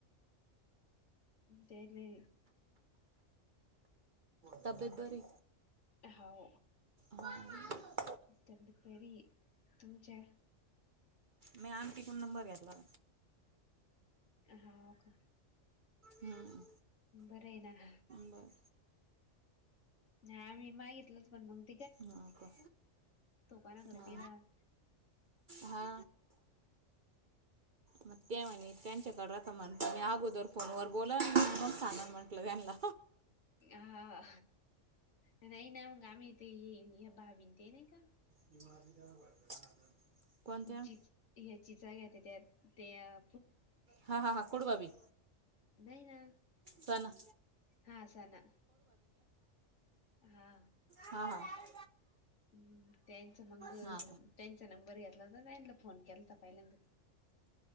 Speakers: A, on the left; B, on the right.
A: तेणे.
B: तब्येत बरी?
A: हो.
B: <unintelligible>
A: तब्येत बरी आहे, तुमच्या
B: मी आंटी कडून नंबर घेतला.
A: हाव का?
B: हम्म
A: बरं आहे ना गं.
B: बरं.
A: नाय मी मागितलं मग पण
B: हावं का?
A: कोणाकडे
B: हा,
A: नाही राहत
B: हा मग ते म्हणे त्यांच्याकडं राहता म्हण मी गोदर फोनवर बोला आणि मग सांगा म्हटलं त्यांना
A: हा नाही ना मग आम्ही इथे हे भा ते नाही का?
B: <unintelligible> कोणत्या
A: चिच ह्याची चावी होते त्यात ते अ
B: हा हा हा कोड भाभी.
A: नाही ना.
B: तना
A: हा सना, हा.
B: हा हा
A: हम् त्यांचं मंग
B: हा
A: त्यांचं नं बर घेतलास ताईंला फोन केलता पहिल्यांदा